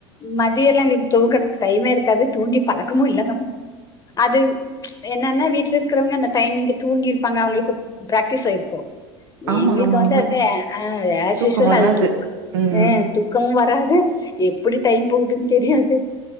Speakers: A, on the left; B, on the right.
A: மதிய எல்லா எங்களுக்கு தூங்குறதுக்கு டைமே இருக்காது தூங்கியு பழக்கமு இல்லமா அது என்ன என்னா வீட்ல இருக்கிறவங்க அந்த டைமிங்க் தூங்கிருப்பாங்க அவங்களுக்கு பிராக்டிஸ் ஆயிருக்கு
B: ஆமா
A: எங்களுக்கு
B: ஆமாங்க
A: வந்து அது அஹ ஆஸிஸ்வல்
B: தூக்கோ வராது
A: அது தூக்குஹ
B: ம்
A: தூக்கு துக்கமு வராது எப்டி டைம் போகுதுன்னு தெரியாது